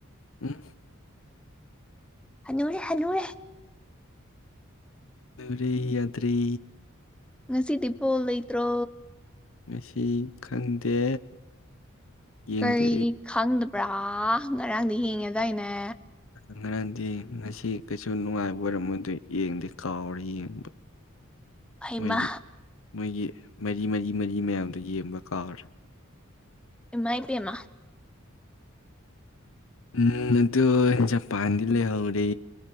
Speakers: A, on the left; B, in the centre.
A: ꯎꯝ
B: ꯍꯅꯨꯔꯦ ꯍꯅꯨꯔꯦ
A: ꯔꯤ ꯌꯥꯗ꯭ꯔꯤ
B: ꯉꯁꯤꯗꯤ ꯄꯣ ꯂꯩꯇ꯭ꯔꯣ
A: ꯃꯁꯤ ꯈꯪꯗꯦ ꯌꯦꯡꯗꯦ
B: ꯀꯔꯤ
A: ꯑꯩ
B: ꯈꯪꯗꯕ꯭ꯔꯥ ꯉꯔꯥꯡꯗꯤ ꯌꯦꯡꯉꯦ ꯑꯗꯨꯗꯥꯋꯥꯏꯅꯦ
A: ꯉꯔꯗꯤ ꯉꯁꯤ ꯀꯩꯁꯨ ꯅꯨꯡꯉꯥꯏꯕ ꯑꯣꯏꯔꯝꯃꯣꯏꯗ ꯌꯦꯡꯗꯦ ꯀꯥꯎꯔꯦ ꯌꯦꯡꯕ <unintelligible>
B: ꯍꯩꯃ
A: ꯃꯣꯏ ꯃꯣꯏꯒꯤ ꯃꯔꯤ ꯃꯔꯤ ꯃꯔꯤ ꯃꯌꯥꯝꯗꯨꯣ ꯌꯦꯡꯕ ꯀꯥꯔ
B: ꯑꯦꯃꯥꯏ ꯄꯦ ꯃꯥ
A: ꯎꯝꯗꯣ ꯄꯥꯟꯗꯗꯤ ꯂꯩ ꯍꯥꯥꯎꯔꯦ